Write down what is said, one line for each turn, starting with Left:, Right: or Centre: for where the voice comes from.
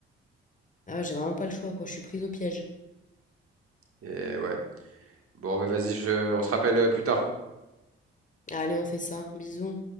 Left: Ah ouais, j'ai vraiment pas le choix, quoi. Je suis prise au piège.
Right: Et ouais. Bon, bah, vas-y, je... on se rappelle euh, plus tard.
Left: Allez, on fait ça. Bisous.